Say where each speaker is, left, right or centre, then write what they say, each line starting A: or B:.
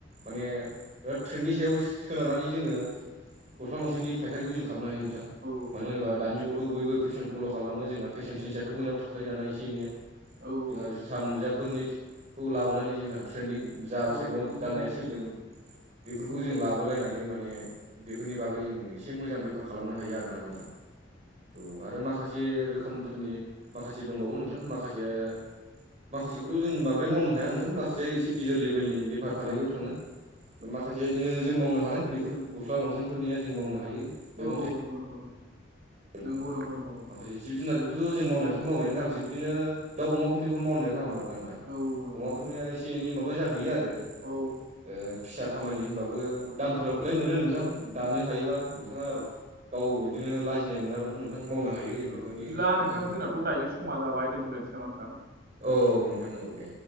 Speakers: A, on the right (about 40°); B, on the right (about 55°).
A: माने दा ट्रेेननि सायाव सोनारनानै जोङो गस्ला लंफेननि फायखारिखौ जों खालामनो हायो नोंथां।
B: औ
A: मानो होनोबा दानि जुगावथ' बयबो फेसन फल' खालामो जोंहा फेसन सेन्सथ' बयनावबो थाखायो दाना एसे एनैया।
B: नंगौ
A: जोंहा
B: नंगौ
A: जुथा मुजाफोरनि खौ लाबोनानै जोंहा ट्रेन्दिं
B: औ नंगौ औ
A: जा
B: नंगौ
A: ट्रेन्डआव गाननाया
B: नंगौ
A: सोलिदों
B: औ
A: बेफोरखौ
B: औ औ
A: जों लाबोलायनानै माने बेफोरनि बागै जों एसे मोजां बेफार खालामनो हायो आरोना नोंथां औ आरो माखासे से रोखोमफोरनि माखासे दंबावो नोंथां माखासेया माखासेखौथ' जों बांद्राय मावनो हाया नोंथां माखासेया एसे गिदिर लेभेलनि बेफार फालांगियाव थाङो। माखासे इदिनो जों मावनो हानाय बेफोर गस्ला लंफेनफोरनिया जों मावनो हायो। मैगं
B: औ नंगौ नंगौ नंगौ
A: थाइगं
B: नंगौ नंगौ नंगौ नंगौ।
A: माखासे जिब जुनारफोरखौथ' जों मावनायनिफ्राय मावनायानो गाहामसो बिदिनो दाउ अमाफोरनिखौ मावनाया गाहाम आरो दा नोंथां।
B: औ औ नंगौ
A: अमाफोरनिया
B: नंगौ नंगौ
A: एसे एनै माबा जाहैयो आरो।
B: औ।
A: ओ फिसा खामानि होनबाबो दामफोरालाय
B: औ औ
A: मोनो नोंथां
B: औ
A: दानो हायोबा नोंथाङा
B: औ
A: गाव बिदिनो लाजिनाय मोनाब्लाथ' नोंथां मावनो हायो जों
B: औ
A: बेफोरनि
B: बिदिब्ला
A: फायखारिफोरखौ।
B: नोंथां जोंनाथ' दायो समा जाबाय दोनथ'लायनिसै नामा नोंथां?
A: औ औ नोंथां औ दे।